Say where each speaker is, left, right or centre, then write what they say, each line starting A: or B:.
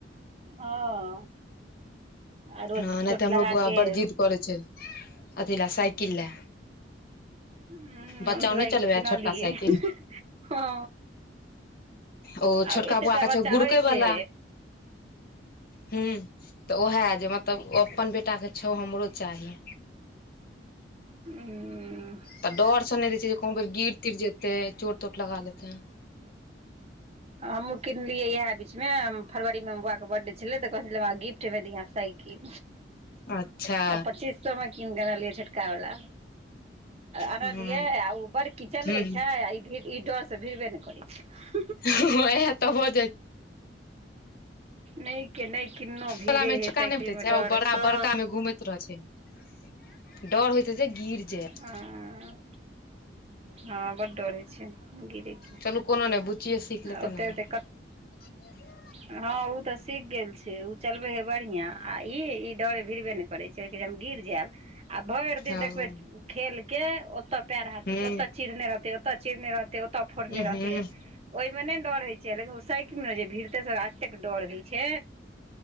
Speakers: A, on the right (about 35°); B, on the left (about 55°).
A: हँ आ रोज
B: हँ नहि
A: चोट
B: तऽ हमरो
A: लगाके
B: बौआ बड़ जिद करै छै अथि ले साइकिल ले
A: साइकिल
B: बच्चा नहि चलबैये
A: किनलियै
B: छोटका साइकिल।
A: हँ
B: ओ छोटका
A: आब एतेटा
B: बौआ के छै
A: बच्चा
B: गुड़केै
A: होइ छै
B: वला हुं तऽ उएह जे मतलब अपन बेटाके छौ हमरो चाही।
A: उंह।
B: तऽ डर से नहि दै छियई जे कतहु फेर गिर तिर जेतै, चोट तोट लगा लेतै।
A: हमहुँ किनलियै इएह बीचमे, फरवरीमे बौआके बर्थडे छलै, तऽ कहै छलै हमरा गिफ्ट में दिहे साइकिल।
B: अच्छा
A: ल त पच्चीस सौ मे कीन देबलियै छोटकावला। अनलियै
B: हूं
A: आ ओ बड़की चलबै
B: हूं
A: छै आ ई डरसँ भिरबे नहि करै छै।
B: इएह तऽ हो जाइ छै।
A: नहि के नहि किनहु भिड़े
B: वला मे
A: हे
B: चोका
A: साइकिल
B: नहि भेटै
A: मे
B: छै
A: डरसँ।
B: ओ बड़का बड़का मे घूमैत डर होइत हेतै जे गिर जायब।
A: हँ, हं बड डर होइ छै गिरैके।
B: चलू कोनो ने बुच्चीये से। सीख लेतै
A: एते एते कत
B: <inaudible>
A: हँ ओ तऽ सीख गेल छै ओ चलबै हे बढ़िआं आ ई ई डरे भिरबे नहि करै छै जे हम गिर जायब। आ भरि दिन
B: हँ
A: देखबे खेल के ओतऽ पैर हाथ
B: हूँ
A: ओतए चिरने रहतै ओते चिरने रहते ओते फोड़ने
B: उहूँ
A: रहते ओहि मे नै डर होइ छै लेकिन ओ साइकिल जे भिड़ते से रा ततेक डर होइ छै।